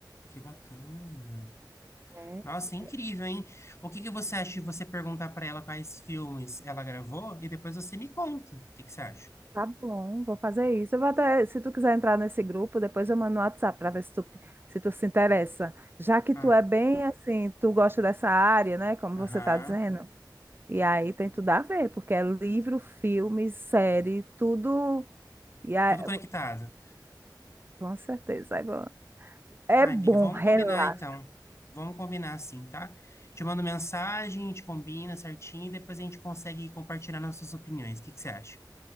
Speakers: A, on the left; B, on the right.
A: Que bacana.
B: É,
A: Nossa, incrível,
B: é,
A: hein? O que que você acha de você perguntar pra ela quais filmes ela gravou e depois você me conta? O que que você acha?
B: tá bom, vou fazer isso. Eu vou até, se tu quiser entrar nesse grupo, depois eu mando no WhatsApp para ver se tu, se tu se interessa. Já que
A: Ah,
B: tu é bem assim, tu gosta dessa área, né? Como
A: aham.
B: você está dizendo. E aí tem tudo a ver, porque é livro, filme, série, tudo. E aí,
A: Tudo conectado.
B: com certeza. aí vou- É
A: Ai,
B: bom,
A: amiga, vamos
B: relaxa.
A: combinar então. Vamos combinar assim, tá? Te mando mensagem, a gente combina certinho e depois a gente consegue compartilhar nossas opiniões. O que que você acha?